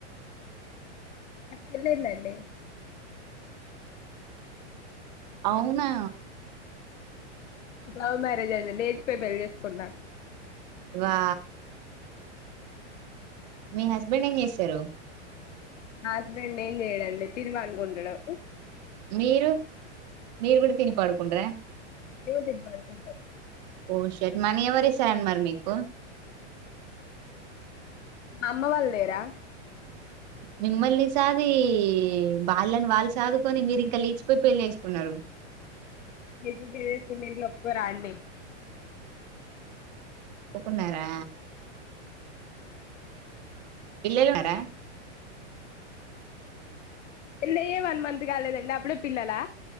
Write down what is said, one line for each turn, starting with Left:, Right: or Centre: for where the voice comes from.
Left: నాక్ పెళ్లయిందండి
Right: అవునా
Left: లవ్ మ్యారేజ్ అయింది లేచిపోయి పెళ్లిి చేసుకున్నా
Right: వా మీ హస్బెండ్ ఏం చేస్తారు
Left: మా హస్బెండ్ ఏం చెయడండి తిని పంకుంటాడు
Right: మీరు మీరు కూడా తినిపడుకుంటరా
Left: నేను తిని పడుకుంటా
Right: ఓ షట్ మనీ ఎవరిస్తారండీ మరి మీకు
Left: మా అమ్మ వాల్లేరా
Right: మిమ్మల్ని సాది వాళ్ళని వాళ్ళు సాదుకొని మీరు ఇంకా లేచిపోయి పెళ్లిిేసుకున్నారు
Left: ఎటుంటే చేసుకుంటే ఇంట్లో ఒప్పుకోరాండి
Right: ఒప్పుకున్నారా పిల్లలు <unintelligible> రా
Left: పెళ్లయే వన్ మంత్ కాలేదండి అప్పుడే పిల్లల